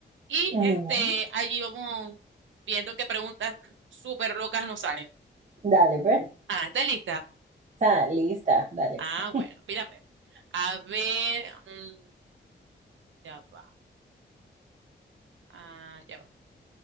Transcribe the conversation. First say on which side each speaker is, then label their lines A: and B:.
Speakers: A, on the right; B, on the right.
A: Y
B: Ujú.
A: este, allí vamos viendo qué preguntas súper locas nos salen.
B: Dale, pues.
A: Ah, ¿está lista?
B: Está lista, dale.
A: Ah,
B: <laughs>
A: bueno, mira, pues. A ver, mm, ya va. Ah, ya va.